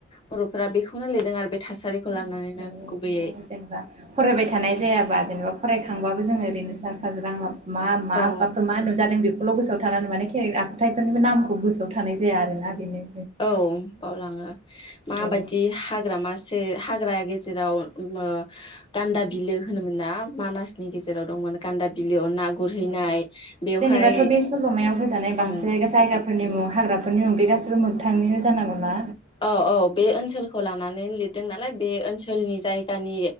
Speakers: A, on the left; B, on the right.
A: बर'फ्रा बेखौनो लिरदों आरो बे
B: <unintelligible>
A: थासारिखौ लानानैनो गुबैयै
B: माने जेनेबा फरायबाय थानाय जायाबा जेनेबा फरायखांबाबो जोङो ओरैनो सा साज्रां माब मा मा
A: औ
B: बाफ <unintelligible> मा नुजादों बेब ल' गोसोआव थानानै माने के आखुथायफोरनिबो नामखौ गोसोआव थानाय जाया आरोना बेनो
A: औ बावलाङो माबायदि
B: औ
A: हाग्रामा सो हाग्रा गेजेराव मो गान्दा बिलो होनोमोन ना मानासनि गेजेराव दंमोन गान्दा बिलोयाव ना गुरहैनाय
B: औ
A: बेवहाय
B: जेनेबाथ' बे सल'मायाव होजानाय बांसिन
A: औ
B: जायगाफोरनि मुं हाग्राफोरनि अनगायै गासिबो मोगथांनिनो जानांगौ ना
A: औ औ बे ओनसोल खौ लानानै लिरदों नालाय बे ओनसोलनि जायगानि